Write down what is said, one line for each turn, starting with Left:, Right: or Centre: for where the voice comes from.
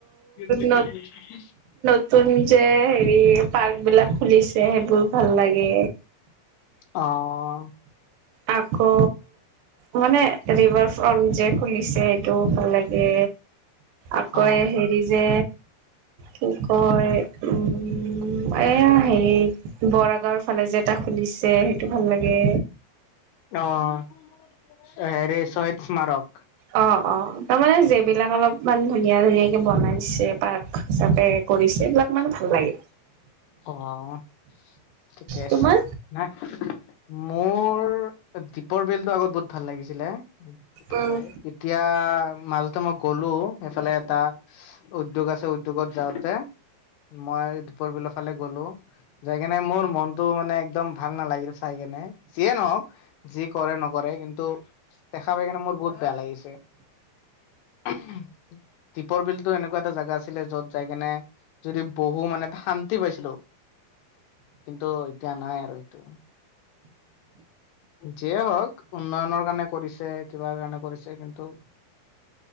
Left: সেইটো
Right: ন
Left: <unintelligible>
Right: নতুন যে হেৰি পাৰ্ক বিলাক খুলিছে সেইবোৰ ভাল লাগে
Left: অহ
Right: আকৌ মানে ৰিভাৰ ফ্ৰন্ট যে খুলিছে সেইটো ভাল লাগে আকৌ
Left: অ',
Right: এই হেৰি যে কি কয় উম উম এয়া হেৰি বৰাগাঁওৰ ফালে যে এটা খুলিছে সেইটো ভাল লাগে
Left: অহ হেৰি চহিদ স্মাৰক
Right: অহ অহ তাৰমানে যিবিলাক অলপমান ধুনীয়া ধুনীয়াকে বনাইছে পাৰ্ক হিচাপে কৰিছে এইবিলাক মানে ভাল লাগে
Left: অহ ঠিকে
Right: তোমাৰ
Left: আছে নাই মোৰ দ্বীপৰ বিলটো আগত বহুত ভাল লাগিছিলে সেই তাত
Right: উম
Left: নাই এতিয়া মালতো মই কলো এইফালে এটা উদ্যোগ আছে উদ্যোগত যাওঁতে মই দ্বীপৰ বিলৰ ফালে গ'লো যাই কেনে মোৰ মনটো মানে একদম ভাল নালাগিল চাই কেনে যিয়ে নহওক যি কৰে নকৰে কিন্তু দেখা পাই কেনে মোৰ বহুত বেয়া লাগিছে ঊম দ্বীপৰ বিলতো এনেকুৱা এটা জাগা আছিলে য'ত যাই কিনে যদি বহো মানে শান্তি পাইছিলো কিন্তু এতিয়া নাই আৰু সেইটো যিয়ে হওক উন্নয়নৰ কাৰণে কৰিছে কিবা কাৰণে কৰিছে কিন্তু